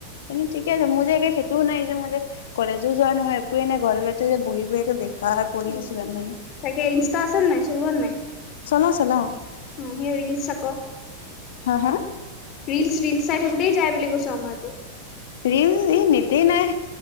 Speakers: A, on the left; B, on the left.
A: তেনে ঠিকে আছে মোৰ যে, খে টো নাই যে মই যে কলেজো যোৱা নহয় একোৱে নাই গৰালতে যে বহি বহি একে, বেকাৰ পৰি
B: উম,
A: আছো জানানে
B: তাকে ইনষ্টা আছে নে নাই চলোৱা নে নাই?
A: চলাও চলাও
B: উম, হিও ৰিলছ আকৌ।
A: হা -হা
B: ৰিলচ -ৰিলচ চাই থাকোতেই যায় বুলি কৈছো আমাৰতো।
A: ৰিল এই নেটই নাই